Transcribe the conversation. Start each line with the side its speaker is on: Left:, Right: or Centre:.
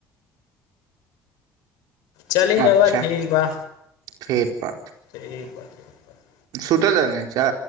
Left: चली रौआ
Right: अच्छा
Left: ठीक बा
Right: ठीक बा
Left: ठीक बा ठीक बा त
Right: सुतल रहली जँ